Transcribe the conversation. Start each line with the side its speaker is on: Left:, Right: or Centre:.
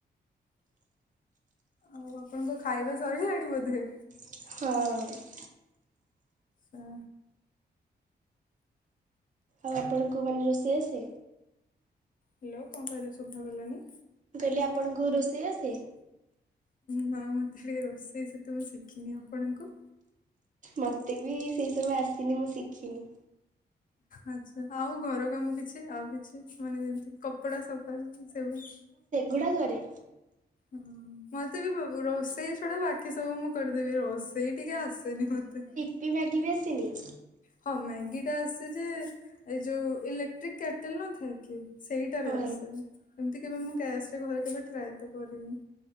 Left: ଆଉ ଆପଣଙ୍କ ଖାଇବା ସଇଲାଣି ବୋଧେ
Right: ହଁ।
Left: ହୁଁ।
Right: ଆଉ ଆପଣଙ୍କୁ ମାନେ ରୋଷେଇ ଆସେ?
Left: ହ୍ୟାଲୋ କଣ କହିଲେ ଶୁଭା ଗଲାନି?
Right: ମୁଁ କହିଲି ଆପଣଙ୍କୁ ରୋଷେଇ ଆସେ?
Left: ନା ମତେ ଟିକେ ରୋଷେଇ ସେତେ ମୁଁ ଶିଖିନି। ଆପଣଙ୍କୁ?
Right: ମତେ ବି ସେଇ ସବୁ ଆସିନି ମୁଁ ଶିଖିନି।
Left: ଆଚ୍ଛା ଆଉ ଘର କାମ କିଛି ଆଉ କିଛି ମାନେ ଯେମତି କପଡ଼ା ସଫା ସେବୁ
Right: ଗୁଡ଼ାକରେ
Left: ହୁଁ ମତେ ବି ରୋଷେଇ ଛଡା ବାକି ସବୁ ମୁଁ କରିଦେବି ରୋଷ୍ ସେଇ ଟିକେ ଆସେନି ମତେ।
Right: ଇ ମ୍ୟାଗି ବି ଆସିନି?
Left: ହଁ ମ୍ୟାଗିଟା ଆସେ ଯେ ଯୋଉ ଇଲେକ୍ଟ୍ରିକ୍ କେଟେଲ ନଥାଏ କି ସେଇଟାରେ
Right: ହଁ
Left: ଆସେ। ଏମତି କେବେ ମୁଁ ଗ୍ୟାସ ରେ ଘରେ କେବେ ଟ୍ରାଏ ତ କରିନି।